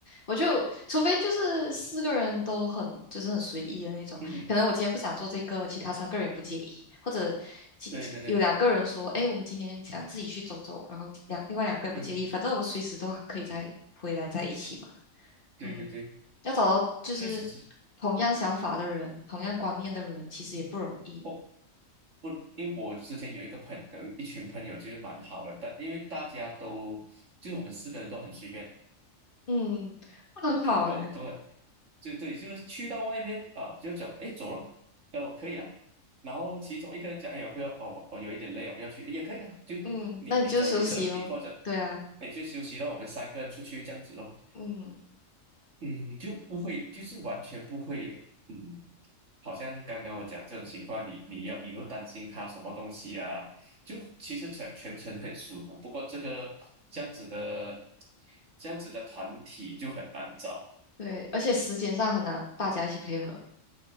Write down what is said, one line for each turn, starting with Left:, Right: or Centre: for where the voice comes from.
Left: 我就除非就是四个人都很就是很随意的那种，
Right: 嗯哼，
Left: 可能我今天不想做这个，其他三个人也不介意，或者其其有两个人说，
Right: 对对对，
Left: 哎，我们今天想自己去走走，然后两另外两个也不介意，
Right: 嗯哼，
Left: 反正我们随时都可以再回来在一起嘛，
Right: 对对对，
Left: 嗯，要找到就是
Right: 确实是
Left: 同样想法的人，同样观念的人，其实也不容易，
Right: 或不，因为我之前有一个朋友，一群朋友就是蛮好的，但因为大家都就是我们四个人都很随便，
Left: 嗯，那很好哎、
Right: 都都很对对，就是去到外面啊，就走，哎走了，哦可以啊，然后其中一个人讲哎呀不要哦我有一点累哦不要去也可以啊，就你你走你的你或者
Left: 嗯，那你就休息哦。对啊，
Right: 你去休息，了，我们三个人出去这样子咯，
Left: 嗯，
Right: 嗯就不会就是完全不会有嗯，好像刚刚我讲这种情况，你你要你又担心他什么东西啊，就其实全全程很舒服，不过这个这样子的这样子的团体就很难找。
Left: 对，而且时间上很难大家一起配合。